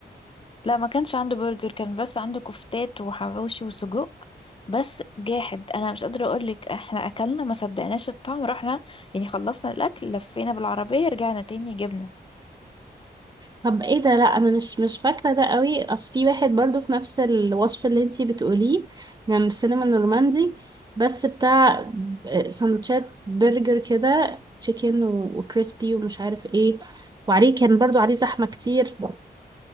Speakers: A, on the left (about 30°); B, on the right (about 25°).
A: لا ما كانش عنده برجر كان بس عنده كفتات وحواوشي وسجق بس جاحد انا مش قادره اقولك احنا اكلنا ما صدقناش الطعم رحنا يعني خلصنا الاكل لفينا بالعربيه رجعنا تاني جبنا
B: طب ايه ده لا انا مش مش فاكرة ده قوي اصل في واحد برضه في نفس الوصف اللي انتي بتقوليه جنب السينما النورماندي بس بتاع ب- سندوتشات برجر كده تشيكن و- وكريسبي ومش عارف ايه وعليه كان برضه عليه زحمة كتير